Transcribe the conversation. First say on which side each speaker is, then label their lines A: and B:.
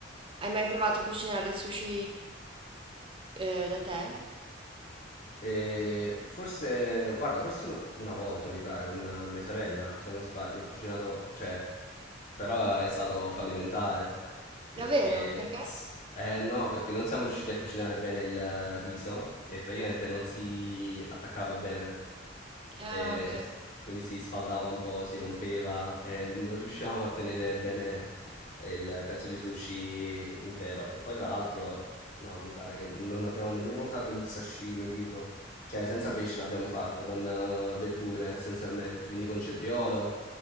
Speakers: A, on the right; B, on the left.
A: hai mai provato a cucinare il sushi eh, da te?
B: E forse, guarda, forse un- una volta mi pare con eh, mia sorella, se non sbaglio, ho cucinato, cioè, però è stato fallimentare perché,
A: Davvero? Perché?
B: s- eh no, perché non siamo riusciti a cucinare bene il eh, riso e praticamente non si attaccava bene.
A: Ah,
B: E
A: ok.
B: s- quindi si sfaldava un po', si rompeva e non riuscivamo a tenere bene il pezzo di sushi intero. E poi, tra l'altro, no, mi pare che non abbiamo nemmeno usato il sashimi, tipo. Cioè, senza pesce l'abbiamo fatto, con eh, verdure essenzialmente. Quindi con cetriolo,